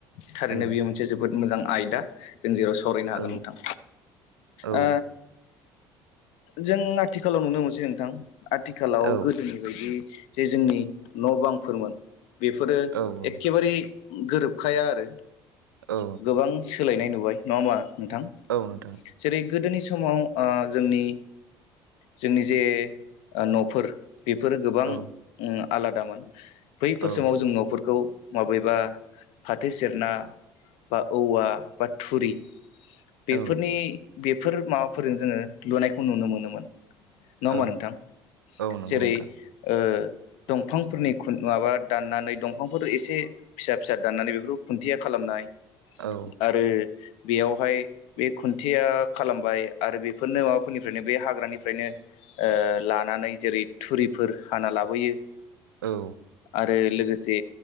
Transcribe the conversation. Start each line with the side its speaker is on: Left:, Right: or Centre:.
Left: थारैनो
Right: औ
Left: बेयो मोनसे जोबोद मोजां आयदा। जों जेराव सावरायनो हागोन
Right: औ
Left: नोंथां
Right: औ
Left: ओ जों आथिखालाव नुनो मोनसै नोंथां आथिखालाव
Right: औ
Left: गोदोनि बायदि जे जोंनि न' बांफोरमोन बेफोरो
Right: औ
Left: एक गोरोबखाया आरो
Right: औ
Left: गोबां सोलायनाय नुबाय नंङा होमबा? नोंथां
Right: औ नोंथां
Left: जेरै गोदोनि समाव ओ जोंनि जोंनि जे न'फोर बेफोरो गोबां
Right: औ
Left: उन आलादामोन बैफोर
Right: औ
Left: समाव जों न'फोरखौ माबेबा फाथो जेर ना बा औवा बा थुरि बेफोरनि
Right: औ
Left: बेफोर माबाफोरजों जोंङो लुनायखौ नुनो मोनोमोन। नंङा होमा
Right: औ
Left: नोंथां?
Right: औ नंगौ
Left: जेरै
Right: नोंथां
Left: ओ दंफांफोरनि खुन माबा दाननानै दंफांफोर एसे से फिसा फिसा दाननानै बेफोरखौ खुन्थिया खालामनाय
Right: औ
Left: आरो बेयावहाय बे खुन्थिया खालामबाय आरो बेफोरनो माबाफोरनिफ्रायनो बे हाग्रानिफ्रायनो ओ लानानै जेरै थुरिफोर हाना लाबोयो ।
Right: औ
Left: आरो लोगोसे